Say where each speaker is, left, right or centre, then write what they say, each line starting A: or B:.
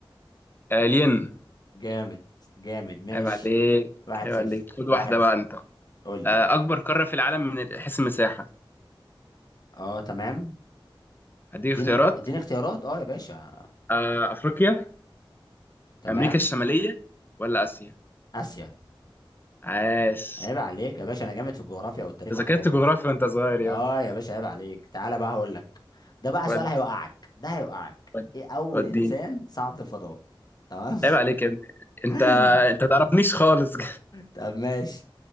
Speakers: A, on the left; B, on the left.
A: آه، الين
B: جامد جامد ماشي
A: عيب عليك
B: واحد
A: عيب
B: صفر
A: عليك خد
B: واحد
A: واحده بقى
B: صفر
A: انت
B: قول لي
A: آه اكبر قاره في العالم من حيث المساحه
B: اه تمام
A: هديك
B: اديني
A: اختيارات
B: اديني اختيارات اه يا باشا
A: آه افريقيا
B: تمام
A: امريكا الشماليه ولا اسيا
B: اسيا
A: عاش
B: عيب عليك يا باشا انا جامد في الجغرافيا والتاريخ
A: أنت
B: والحاجات
A: ذاكرت
B: دي
A: جغرافيا وانت صغير يا
B: اه يا باشا عيب عليك تعالى بقى هقول لك ده بقى
A: ود
B: سؤال هيوقعك ده هيوقعك
A: ود
B: ايه اول
A: وديني
B: انسان صعد الفضاء تمام
A: عيب عليك يا ابني انت
B: <laughs>
A: انت تعرفنيش خالص <laughs>
B: طب ماشي